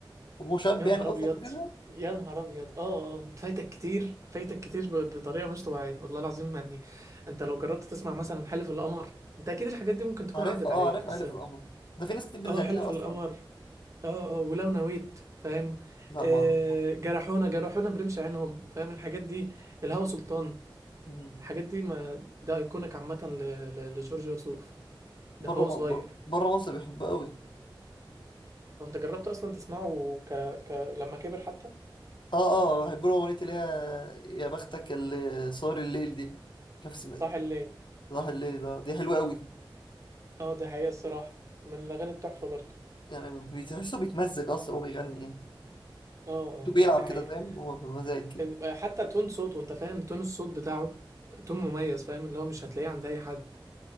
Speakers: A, on the left (about 65°); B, on the right (about 35°).
A: هو شاب
B: يا نهار
A: يعني قصدك
B: ابيض
A: كده
B: يا نهار ابيض اه اه انت فايتك كتير فايتك كتير ب- بطريقه مش طبيعيه والله العظيم يعني انت لو جربت تسمع مثلا حلف القمر انت اكيد الحاجات دي ممكن تكون
A: عارفها
B: عدت
A: اه
B: عليك
A: عارفها
B: بس
A: عارف القمر ده في ناس كتير بتغنيها
B: اه حلف
A: اصلا
B: القمر اه اه ولو نويت فاهم
A: لا
B: آه
A: ما اعرف
B: جرحونا جرحونا برمش عينهم فاهم الحاجات دي الهوى سلطان
A: مم.
B: الحاجات دي ما ده ايكونيك عامه ل- ل- لجورج وسوف ده
A: بره
B: هو
A: م...
B: صغير
A: بر- بره مصر بيحبها قوي
B: هو انت جربت اصلا تسمعه ك... ك... لما كبر حتى
A: اه اه بحب له اغنيه اللي هي يا بختك اللي صار الليل دي مش عارف اسمها إيه.
B: صاح الليل
A: صباح الليل ده دي حلوه قوي
B: اه دي حقيقه الصراحه من الاغاني التحفه برضه
A: يعني بتحسه بيتمزج اصلا هو بيغني يعني
B: اه اه
A: بيلعب
B: دي حقيقة
A: كده فاهم هو بمزاج كده
B: ال- آه، حتى تون صوته انت فاهم تون الصوت بتاعه تون مميز فاهم اللي هو مش هتلاقيه عند اي حد